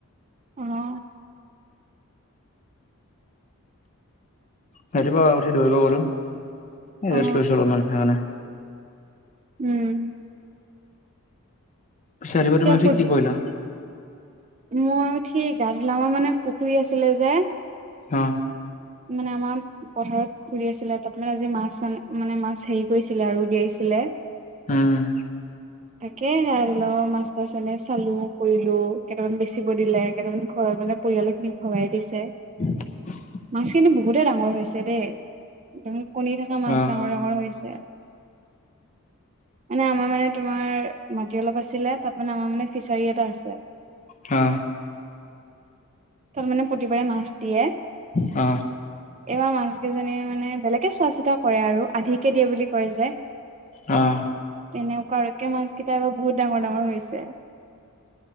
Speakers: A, on the right; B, on the left.
A: অহ।
B: ৰাতিপুৱা উঠি দৌৰিব গলো। এ
A: অ
B: ৰেষ্ট লৈছো অলপমান সেইকাৰণে।
A: উম।
B: পিছে ৰাতিপুৱা
A: কিয়
B: উঠি তুমি
A: ফুট
B: কি কৰিলা?
A: মই উঠি গা ধোলা মানে পুখুৰী আছিলে যে
B: অ।
A: মানে আমাৰ পথাৰত পুখুৰী আছিলে তাত মানে আজি মাছ মানে মাছ হেৰি কৰিছিলে আৰু মানে উলিয়াইছিলে,
B: হম্।
A: তাকে ধৰিলো মাছ-টাছ এনে চালো কৰিলো কেইটামান বেচিব দিলে কেইটামান ঘৰত মানে পৰিয়াল খিনিক ভগাই দিছে।
B: <inaudible>
A: মাছখিনি বহুতে ডাঙৰ হৈছে দে। <unintelligible> কণী থকা মাছ
B: অ',
A: ডাঙৰ ডাঙৰ হৈছে। মানে আমাৰ মানে তোমাৰ মাটি অলপ আছিলে তাত মানে আমাৰ মানে ফিচাৰী এটা আছে।
B: অ।
A: তাত মানে প্ৰতিবাৰে মাছ দিয়ে।
B: অ।
A: এইবাৰ মাছ কেইজনীয়ে মানে বেলেগে চোৱা-চিতা কৰে আৰু আধিকে দিয়ে বুলি কয় যে।
B: অঁ।
A: তেনেকুৱা আৰু একে মাছ কেইটাই এবাৰ বহুত ডাঙৰ-ডাঙৰ হৈছে।